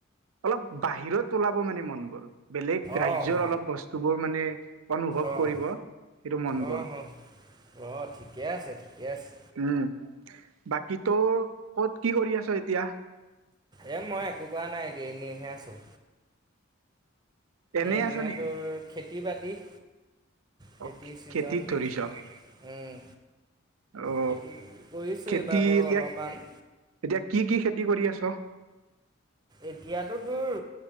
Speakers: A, on the right (about 85°); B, on the right (about 20°).
A: অলপ বাহিৰত ওলাব মানে মন গ'ল। বেলেগ ৰাজ্যৰ
B: অ', হ,
A: অলপ বস্তুবোৰ মানে অনুভৱ
B: অ',
A: কৰিব সেইটো মন
B: অ',
A: গ'ল।
B: হ, অ, ঠিকে আছে, ঠিকে আছে।
A: উম বাকী তোৰ ক'ত কি কৰি আছ এতিয়া?
B: এ মই একো কৰা নাই এতিয়া, এনেই হে আছোঁ।
A: এনেই
B: মানে
A: আছ নেকি?
B: তোৰ খেতি বাতিত। খেতি
A: অ
B: ছিজন,
A: খেতিত ধৰিছ
B: উম।
A: অ
B: সটো কৰিছোঁ
A: খেতি
B: এইবাৰ ব
A: এতিয়া
B: অলপমান।
A: এতিয়া কি খেতি কি কৰি আছ?
B: এতিয়াতো তোৰ